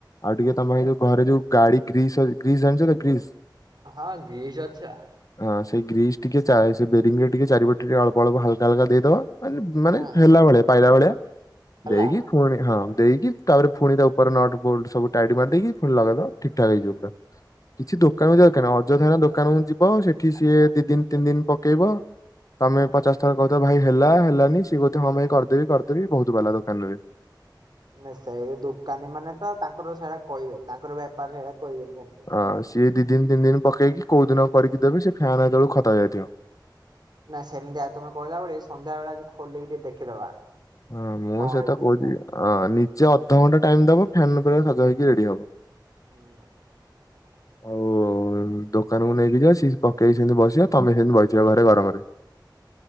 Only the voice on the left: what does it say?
ଆଉ ଟିକେ ତମ ଏଇ ଯୋଉ ଘରେ ଯୋଉ ଗାଡି ଗ୍ରୀସ ଗ୍ରୀସ୍ ଜାଣିଛ ନା ଗ୍ରୀସ୍
ହଁ ସେଇ ଗ୍ରୀସ୍ ଟିକେ ଚା ସେ ବେରିଙ୍ଗରେ ଟିକେ ଚାରିପଟେ ଟିକେ ଟିକେ ଅ୍ପ ଅଳ୍ପ ହାଲକା ହାଲକା ଦେଇଦବ। ମାନେ ମାନେ
ହେଲା ଭଳିଆ ପାଇଲା ଭଳିଆ
ଦେଇକି ପୁଣି ହଁ ଦେଇକି ତାପରେ ଫୁଣି ତା ଉପରେ ନଟ ବୋଲ୍ଡ଼ ସବୁ ଟାଇଟ ମାରି ଦେଇକି ଫୁଣି ଲଗେଇଦବ ଠିକ ଠାକ ହେଇଯିବ ପୁରା। କିଛି ଦୋକାନକୁ ଜିବା
ଦରକାର ନାହିଁ ଅଯଥାରେ ଦୋକାନକୁ ଯିବ ସେ ସେଠି ସିଏ ଦିଦିନ ତିନି ଦିନ ପକେଇବ। ତମେ ପଚାଶ ଥର କହୁଥବ ଭାଇ ହେଲା ହେଲାନି ସିଏ କହୁଥିବ ହଁ ଭାଇ କରିଦେବି କରିଦେବି ବହୁତ ପାଲା ଦଉ କ <inaudible>
ଅ ସିଏ ଦିଦିନି ତିନି ଦିନି ପକେଇକି କଉ ଦିନ କରିକି ଦେବେ ସେ ଫ୍ୟାନ୍ ହେତେବେଳକୁ ଖତ ହେଇ ଯାଇଥିବ।
ହଁ ମୁଁ
ସେଟା
କହୁଛି
ଅଁ ନିଜେ ଅଧଘଣ୍ଟା ଟାଇମ ଦବ ଫ୍ୟାନ୍ ପୁରା ସଜ ହେଇକି ରେଡି ହବ।
ଆଉ ଦୋକାନକୁ ନେଇକି ଯଆ ସେ ପକେଇକି ସେମତି ବସିବ ତମେ ସେମିତି ବଇଥିବ ଘରେ ଗରମରେ।